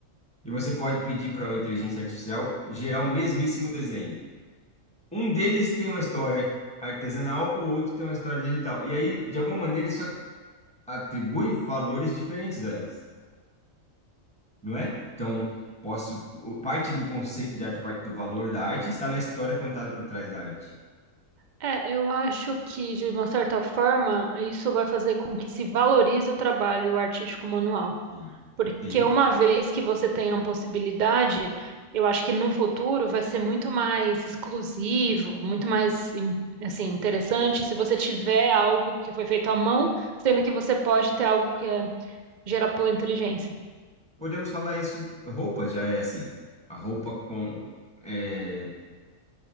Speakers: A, in the centre; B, on the right.
A: E você pode pedir para uma inteligência artificial gerar o mesmíssimo desenho. Um deles tem uma história artesanal, o outro tem uma história digital. E aí, de alguma maneira, isso atribui valores diferentes a elas, não é? Então, posso, o- parte do conceito de arte, parte do valor da arte está na história contada por trás da arte.
B: É, eu acho que, de uma certa forma, isso vai fazer com que se valorize o trabalho artístico manual.
A: Sim.
B: Porque
A: Sim.
B: uma vez que você tenha uma possibilidade, eu acho que no futuro vai ser muito mais exclusivo, muito mais, in- assim, interessante se você tiver algo que foi feito à mão, sendo que você pode ter algo que é gerado pela inteligência.
A: Podemos falar isso, roupa já é assim. A roupa com é,